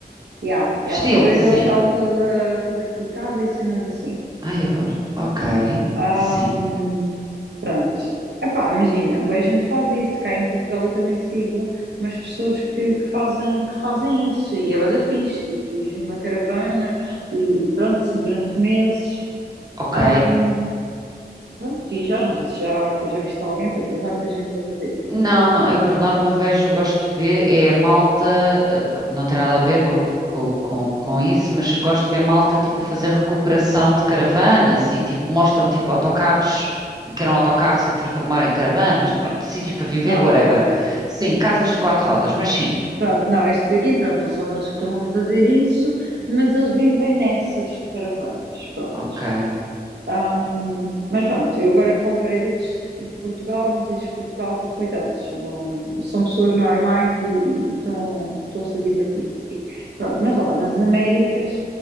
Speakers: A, on the right; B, on the right.
A: Yeah, yeah.
B: Estilo,
A: Só que a
B: sim.
A: dele está toda, toda quitada e cenas assim.
B: Ai, adoro. Ok,
A: Ahm,
B: sim.
A: pronto. Epá, imagina, bué gente faz isso, cá em Portugal eu também sigo umas pessoas que, que fazem, que fazem isso e é bué da fixe, tipo, tu ires numa caravana e pronto, assim durante meses.
B: Ok.
A: Ahm, pronto, viajas, não sei se já, já viste alguém, pronto, mas há muita gente a fazer isso.
B: Não, não, eu por norma vejo, gosto de ver, é a malta, eh, pronto, não tem nada a ver com, com, com, com isso, mas gosto de ver malta tipo a fazer recuperação de caravanas e tipo mostram tipo autocarros que eram autocarros e que transformaram em caravanas, pronto, sítios para viver,
A: Ah,
B: whatever.
A: ok.
B: Sim, casas de quatro rodas, mas sim.
A: Pronto, não, estes aqui, pronto, não são eles que estão a fazer isso, mas eles vivem nessas caravanas, pronto.
B: Ok,
A: Ahm, mas pronto, eu agora comparei dedos aqui de Portugal, mas estes de Portugal, tipo, coitados, não, são pessoas normais e estão, estão-se a divertir. Pronto, mas lá nas Américas,